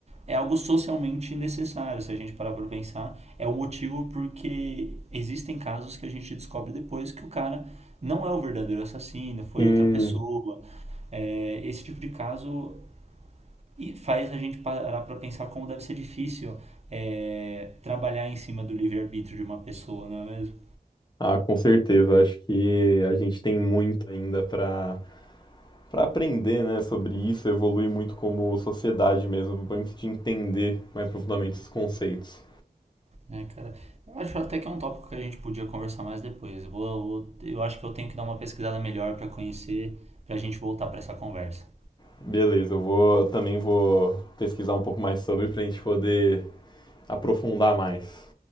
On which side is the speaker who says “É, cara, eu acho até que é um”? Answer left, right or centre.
Right